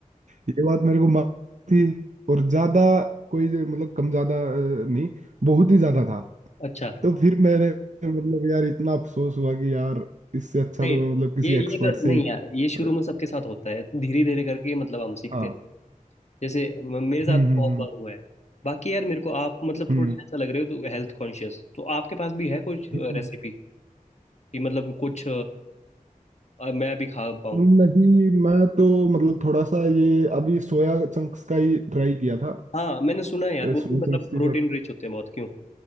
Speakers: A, on the right; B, on the left.
A: ये बात मेरे को मालूम थी और ज्यादा कोई जो- मतलब कम ज्यादा अ, नहीं बहुत ही ज्यादा था
B: अच्छा
A: तो फिर मैंने मतलब यार इतना अफसोस हुआ कि यार इससे अच्छा
B: नहीं
A: तो मैं मतलब किसी
B: ये
A: एक्सपर्ट
B: ये तो
A: से
B: नहीं
A: ही
B: यार ये शुरू
A: अ,
B: में सबके साथ होता है धीरे धीरे करके मतलब हम सीखते
A: हाँ
B: हैं जैसे म- मेरे साथ
A: हम्म
B: भी बहुत
A: हम्म
B: बार हुआ है बाकी यार मेरे को आप मतलब
A: हम्म
B: थोड़े ऐसा लग रहे हो तो हेल्थ कॉन्शियस तो आपके पास भी है कुछ रेसिपी
A: हम्म हम्म,
B: कि मतलब कुछ और मैं भी खा पाऊँ
A: हम्म। नहीं मैं तो मतलब थोड़ा सा ये अभी सोया चंक्स का ही ट्राई किया था
B: हाँ मैंने सुना है यार वो
A: सोया
B: भी मतलब
A: चंक्स
B: प्रोटीन
A: के साथ
B: रिच होते हैं बहुत क्यों